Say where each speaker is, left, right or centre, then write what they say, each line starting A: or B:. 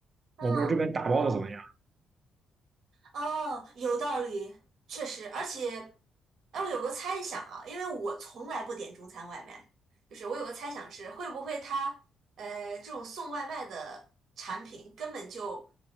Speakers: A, on the right; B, on the right.
A: 嗯。
B: 我不知道这边打包的怎么样。
A: 哦，有道理，确实，而且，哎，我有个猜想啊，因为我从来不点中餐外卖，就是我有个猜想是，会不会他，呃，这种送外卖的产品根本就